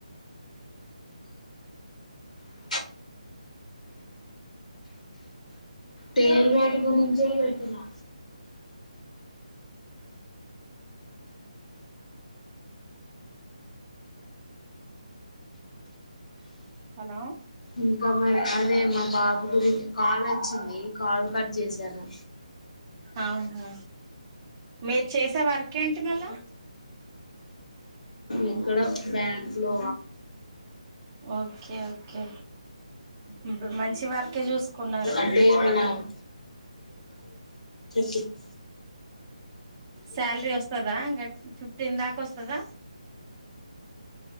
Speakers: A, on the left (about 80°); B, on the right (about 15°).
A: ఏ <inaudible> టేర్వేట్ గురించే పెట్టినా
B: హలో
A: ఇంకా మరి అదే మా బాబు గురించి కాలు వచ్చింది కాలు కట్ చేసాను
B: అవును మీరు చేసే వర్క్ ఏంటి మళ్ళా
A: ఇక్కడ బ్యాం స్లో
B: ఓకే ఓకే ఇ మంచి వర్కీ చూసుకున్నారు
A: అంటే మన చెప్పు
B: సాలరీ వస్తదా ఇక ఫిఫ్టీన్ దాక వస్తాద